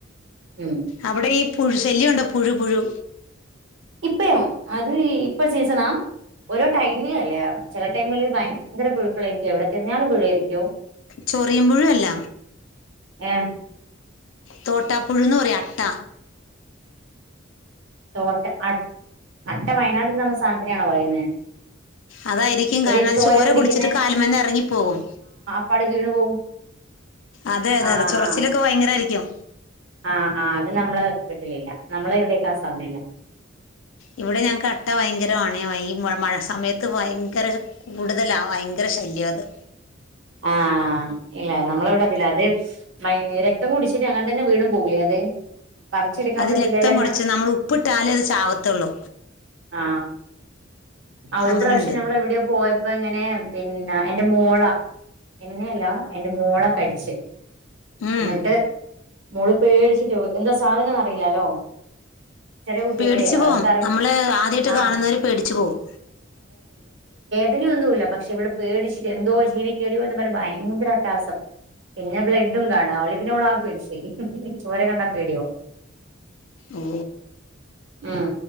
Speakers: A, on the right; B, on the left.
A: ഉം
B: അവിടെ ഈ പുഴു ശല്യണ്ടോ പുഴു പുഴു?
A: ഇപ്പയോ അത് ഇപ്പ സീസണാ ഓരോ ടൈമിലല്ലേ ചില ടൈമില് ഭയങ്കര പുഴുക്കളായിരിക്കും എവിടെ തിരഞ്ഞാല് പുഴു ആയിരിക്കും.
B: ചൊറിയൻപുഴു അല്ല
A: ഏ
B: തോട്ടാപ്പുഴൂന്ന് പറയും. അട്ട
A: തോട്ട അ അട്ട വയനാട്ടിൽ വന്ന സാനത്തിനെയാണോ പറയുന്നേ
B: അതായിരിക്കും.
A: ഒരു
B: കാരണം അത് ചോര
A: കുടിക്കുന്നെ
B: കുടിച്ചിട്ട് കാലുമെന്ന് എറങ്ങിപ്പോകും
A: അപ്പാടെ വീണു പോവും
B: അതെ അതെ
A: ആ
B: അതെ ചൊറച്ചിലൊക്കെ
A: ആ
B: ഭയങ്കരായിരിക്കും
A: ആ ആ അത് നമ്മള് വീട്ടിലില്ല നമ്മള ചവിടേക്ക ആസാധനില്ല
B: ഇവിടെ ഞങ്ങക്ക് അട്ട ഭയങ്കരമാണേ. ഈ മഴ സമയത്ത് ഭയങ്കര കൂടുതലാ. ഭയങ്കര ശല്ല്യാത്.
A: ആഹ് ഇല്ല നമ്മളെവിടെ അതില്ല. അത് മയ് രക്തം കുടിച്ചിട്ട് അങ്ങനെ തന്നെ വീണും പോവൂലേ അത് പറച്ചെടുക്കാൻ
B: അത്
A: പറ്റില്ലല്ലോ
B: രക്തം
A: അയ്നാ.
B: കുടിച്ച് നമ്മൾ ഉപ്പിട്ടാലേ അത് ചാവത്തുള്ളൂ
A: ആ ആ ഒരു
B: അങ്ങനെയുണ്ട്
A: പ്രാവശ്യം നമ്മൾ എവിടെയോ പോയപ്പ ഇങ്ങനെ പി ന്ന എന്റെ മോളാ എന്നെയല്ലാ എന്റെ മോളെ കടിച്ച്
B: ഉം
A: എന്നിട്ട് മോള് പേടിച്ചിട്ട് എന്താ സാധനംന്ന് അറിയില്ലാലോ ചെറിയ കുട്ടിയല്ലേ
B: പേടിച്ചു പോവും
A: അവർക്കറിയി
B: നമ്മള് ആദ്യട്ട്
A: ആഹ്
B: കാണുന്നര് പേടിച്ചു പോവും
A: അതിനൊന്നുല്ല പക്ഷെ ഇവിടെ പേടിച്ചിട്ട് എന്തോ ജീവി <unintelligible> പറഞ്ഞ ഭയങ്കര അട്ടാസം പിന്നെ ബ്ലഡും കാണ അവളി പിന്നെ ആകെ പേടിചോയി ചോര കണ്ടാ പേടിയവും
B: ഓ
A: ഉം